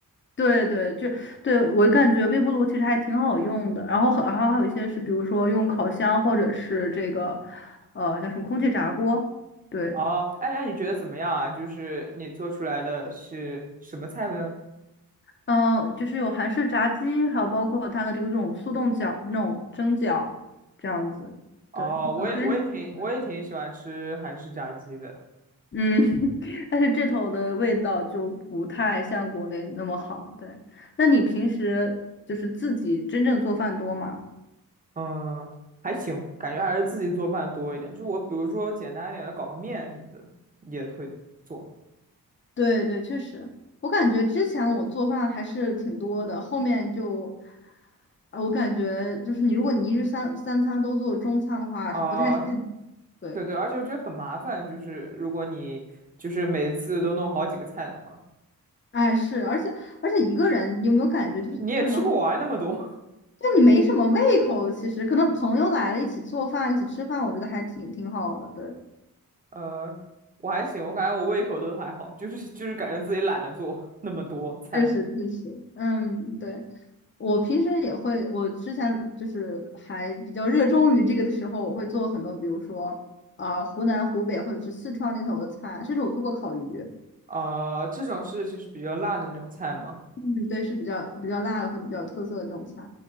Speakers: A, on the left (about 35°); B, on the right (about 25°).
A: 对对，就对我感觉微波炉其实还挺好用的，然后还还还有一些是，比如说用烤箱或者是这个，呃，叫什么空气炸锅，对，
B: 哦，哎，那你觉得怎么样啊？就是你做出来的是什么菜呢？
A: 嗯、呃，就是有韩式炸鸡，还有包括它的这个这种速冻饺、那种蒸饺这样子，
B: 哦，
A: 对，
B: 我也我也挺我也挺喜欢吃韩式炸鸡的，
A: 有煎饺，嗯嗯，<laughs> 但是这头的味道就不太像国内那么好。对，那你平时就是自己真正做饭多吗？
B: 嗯，还行，感觉还是自己做饭多一点。就我比如说简单一点的搞个面什么的也会做。
A: 对对，确实，我感觉之前我做饭还是挺多的，后面就，呃，我感觉就是你，如果你一日三三餐都做中餐的话，
B: 啊、
A: 是不太现，对，
B: 对对，而且我觉得很麻烦，就是如果你就是每次都弄好几个菜的话，
A: 哎是，而且而且一个人，你有没有感觉，
B: 你你也吃不完那么多。
A: 就是一个人的话，就你没什么胃口，其实可能朋友来了一起做饭，一起吃饭，我觉得还挺挺好的，对。
B: <laughs> 呃，我还行，我感觉我胃口都还好，就是就是感觉自己懒得做那么多菜。
A: 确实，确实，嗯，对，我平时也会，我之前就是还比较热衷于这个的时候，我会做很多，比如说，呃，湖南、湖北或者是四川那头的菜，甚至我做过烤鱼，
B: 呃，这种是就是比较辣的那种菜嘛。
A: 嗯，对，是比较比较辣的或者比较有特色的这种菜，